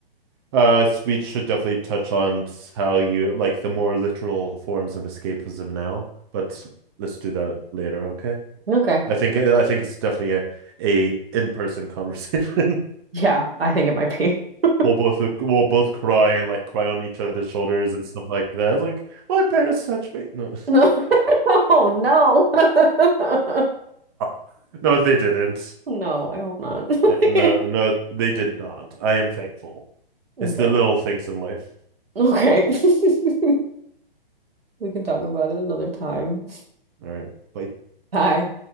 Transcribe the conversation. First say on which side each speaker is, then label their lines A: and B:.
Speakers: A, on the right; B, on the right.
A: Uh, so we should definitely touch on how you like the more literal forms of escapism now, but let's do that later, okay?
B: Okay.
A: I think I think it's definitely a a in-person <laughs> conversation.
B: Yeah, I think it might be. <laughs>
A: we'll both we'll both cry and like cry on each other's shoulders and stuff like that. It's like my parents touched me. No,
B: No. <laughs> Oh no. <laughs>
A: <laughs> no, they didn't.
B: No, I hope not.
A: Uh, No,
B: <laughs>
A: no, they did not. I am thankful.
B: Okay.
A: It's the little things in life.
B: Okay. <laughs> We can talk about it another time.
A: All right, bye.
B: Bye.